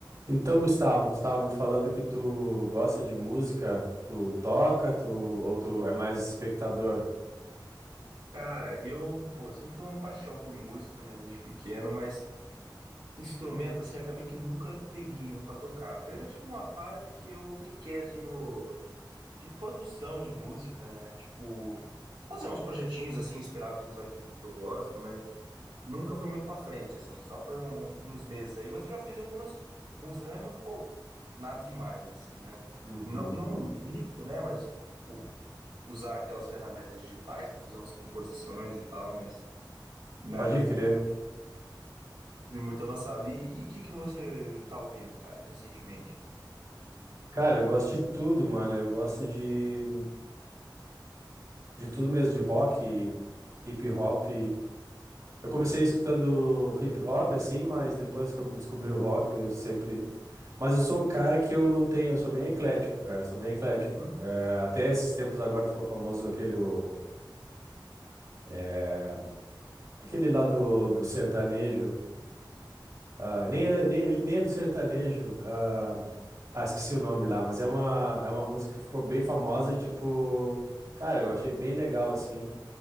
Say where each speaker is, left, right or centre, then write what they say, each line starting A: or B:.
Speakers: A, on the right; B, on the right.
A: Então, Gustavo, tu estava me falando que tu gosta de música, tu toca, tu ou tu é mais espectador?
B: Cara, eu, pô, sempre tive uma paixão por música, né, desde pequeno, mas instrumento, assim, acabei que nunca peguei um pra tocar. Eu já tive uma fase que eu brinquei, assim, no, de produção de música, né, tipo, fazer uns projetinhos, assim, inspirados nos artistas que eu gosto, mas nunca foi muito pra frente, assim, só foi um- uns meses aí, mas eu já fiz algumas músicas, né, mas não ficou nada demais, assim, né.
A: Uhum.
B: Não, não
A: Hum,
B: um beat, né, mas o- usar aquelas ferramentas digitais pra fazer umas composições e tal, mas. Nada
A: Pode crer.
B: de muito, de muito avançado. E o que que você tá ouvindo, cara, recentemente?
A: Cara, eu gosto de tudo, mano. Eu gosto de, de tudo mesmo, de rock, hip hop. Eu comecei escutando hip hop assim, mas depois que eu descobri o rock, eu sempre. Mas eu sou um cara que eu não tenho, eu sou bem eclético, cara. Eu sou bem eclético.
B: Uhum.
A: É, até esses tempos agora ficou famoso aquele. o- é, aquele lá do, do sertanejo. Ah, nem, é- nem, ele nem é do sertanejo. Ah, ah, esqueci o nome lá, mas é uma, é uma música que ficou bem famosa e, tipo, cara, eu achei bem legal, assim.